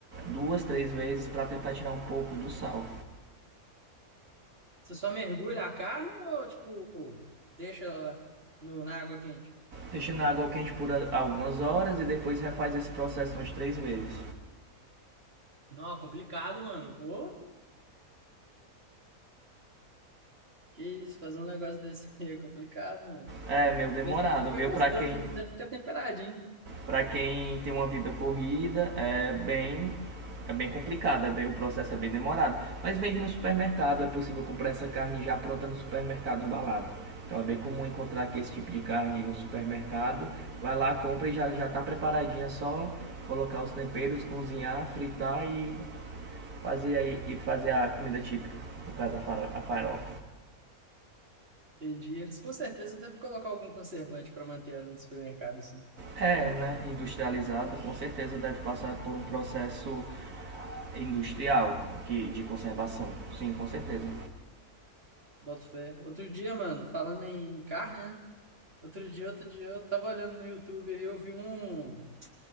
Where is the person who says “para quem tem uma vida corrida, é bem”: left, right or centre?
Right